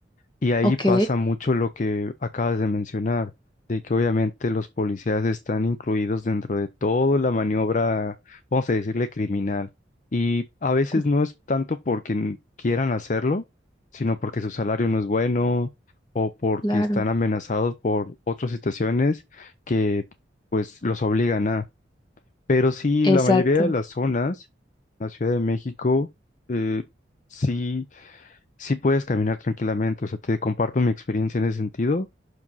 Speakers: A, on the left; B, on the left.
A: Y ahí
B: ok,
A: pasa mucho lo que acabas de mencionar, de que obviamente los policías están incluidos dentro de toda la maniobra, vamos a decirle, criminal. Y a veces
B: cu-
A: no es tanto porque n- quieran hacerlo, sino porque su salario no es bueno o porque
B: claro,
A: están amenazados por otras situaciones que pues los obligan a. Pero sí,
B: Exacto.
A: la mayoría de las zonas, la Ciudad de México, eh, sí sí puedes caminar tranquilamente. O sea, te comparto mi experiencia en ese sentido.